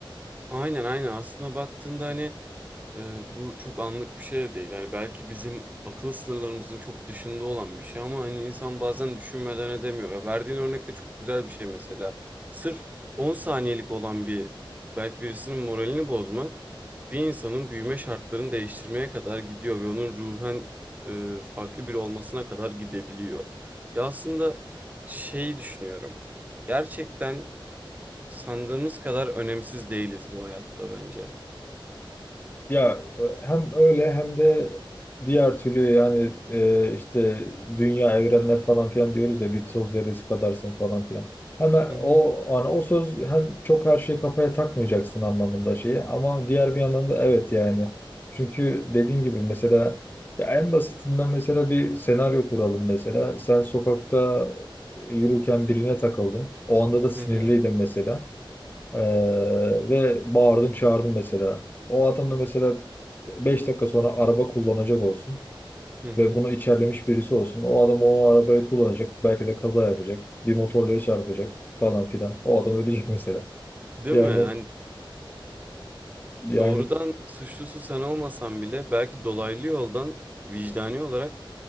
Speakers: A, on the right (about 20°); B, on the left (about 20°).
A: Aynen aynen aslında baktığında hani e, bu çok anlık bir şey de değil. Hani belki bizim akıl sınırlarımızın çok dışında olan bir şey ama hani insan bazen düşünmeden edemiyor. Ya verdiğin örnek de çok güzel bir şey mesela. Sırf 10 saniyelik olan bir belki birisinin moralini bozmak bir insanın büyüme şartlarını değiştirmeye kadar gidiyor ve onun ruhen e, farklı biri olmasına kadar gidebiliyor. Ya aslında şey düşünüyorum. Gerçekten sandığımız kadar önemsiz değiliz bu hayatta bence.
B: Ya hem öyle hem de diğer türlü yani e, işte dünya evrenler falan filan diyoruz ya bir toz zerresi kadarsın falan filan. Hemen
A: Hı hı,
B: o hani o söz hem çok her şeyi kafaya takmayacaksın anlamında şeyi ama diğer bir yandan da evet yani. Çünkü dediğin gibi mesela ya en basitinden mesela bir senaryo kuralım mesela. Sen sokakta yürürken birine takıldın. O anda da sinirliydin
A: hı hı,
B: mesela. Ee, ve bağırdın çağırdın mesela. O adam da mesela 5 dakika sonra araba kullanacak olsun
A: hı hı.
B: ve bunu içerlemiş birisi olsun. O adam o arabayı kullanacak. Belki de kaza yapacak. Bir motorluya çarpacak falan filan. O adam ölecek <laughs> mesela.
A: Değil
B: Yani
A: mi? Hani
B: yani
A: doğrudan suçlusu sen olmasan bile belki dolaylı yoldan vicdani olarak